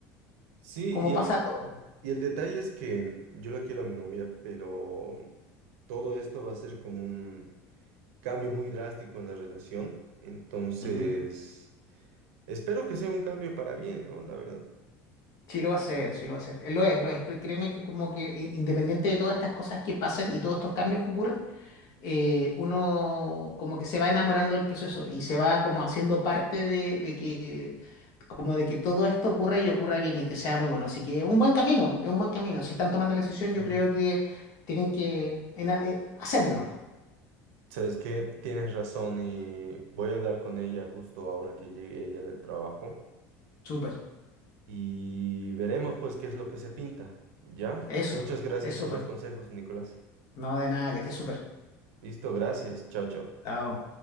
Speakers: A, on the right; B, on the left.
A: Sí,
B: cómo
A: y
B: pasa
A: el,
B: todo.
A: y el detalle es que yo la quiero a mi novia, pero todo esto va a ser como un cambio muy drástico en la relación. Entonces,
B: Ujú.
A: espero que sea un cambio para bien, ¿no? La verdad.
B: Sí lo va a hacer, sí lo va a hacer. Eh, Lo es, lo es. Cre- Créeme que como que i- independiente de todas estas cosas que pasen y todos estos cambios que ocurren, eh, uno como que se va enamorando del proceso y se va como haciendo parte de, de que como de que todo esto ocurra y ocurra bien y que sea muy bueno. Así que es un buen camino, es un buen camino. Si están tomando la decisión,
A: Ujú.
B: yo creo que tienen que ena- eh, hacerlo nomás.
A: Sabes que tienes razón y voy a hablar con ella justo ahora que llegue ella del trabajo
B: Súper.
A: y veremos pues qué es lo que se pinta, ¿ya?
B: Eso,
A: Muchas gracias
B: eso
A: por los
B: pues.
A: consejos, Nicolás.
B: No de nada, que esté súper.
A: Listo, gracias. Chao, chao.
B: Chao.